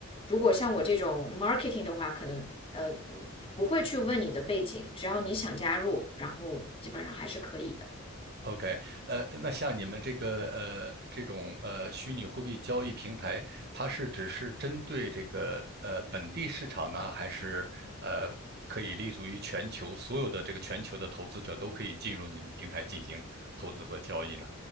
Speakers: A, on the left; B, on the right.
A: 如果像我这种 marketing 的话，可能呃不会去问你的背景，只要你想加入，然后基本上还是可以的。
B: OK，呃，那像你们这个呃这种呃虚拟货币交易平台，它是只是针对这个呃本地市场呢，还是呃可以立足于全球所有的这个全球的投资者都可以进入你们平台进行投资和交易呢？